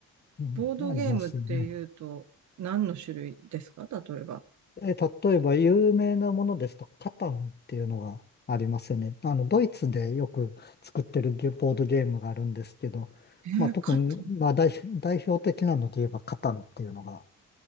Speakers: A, on the left; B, on the right.
A: うん、
B: ボードゲームっていうと、
A: ありますよね。
B: 何の種類ですか例えば。
A: え、例えば有名なものですと、カタンっていうのがありますよね。あの、ドイツでよく作ってるゲボードゲームがあるんですけど、
B: えー、
A: まあ、特に、
B: カタン、
A: まあ、代、代表的なので言えばカタンっていうのが